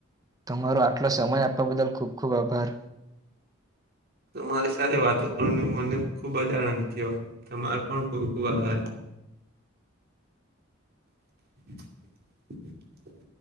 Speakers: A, on the right; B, on the right.
A: તમારો આટલો સમય આપવા બદલ ખુબ ખુબ આભાર
B: મારી સાથે વાતો કરવાનો મને ખુબ જ આનંદ થયો તમારો પણ ખૂબ ખૂબ આભાર. <inaudible>